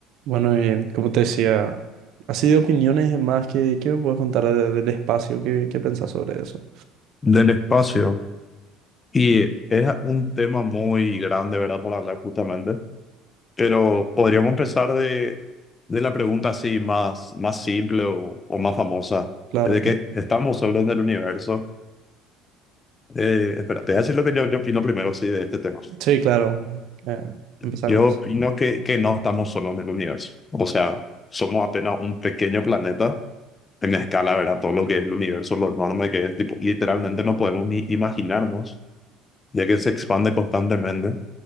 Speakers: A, on the right (about 65°); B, on the left (about 25°).
A: Bueno, y como te decía, así de opiniones y demás, ¿qué, qué me puedes contar de- del espacio? ¿Qué, qué pensás sobre eso?
B: del espacio. Y es un tema muy grande, ¿verdad? Para hablar justamente. Pero podríamos empezar de, de la pregunta así más, más simple o, o más famosa.
A: Claro,
B: De
A: claro.
B: que estamos solos en el universo. Eh, espera, te voy a decir lo que yo, yo opino primero, sí, de este tema.
A: Sí, claro. Eh, empezar
B: Yo
A: más.
B: opino que, que no estamos solos en el universo. O sea, somos apenas un pequeño planeta en escala, ¿verdad? Todo lo que es el universo, lo enorme que es. tipo, literalmente no podemos ni imaginarnos, ya que se expande constantemente.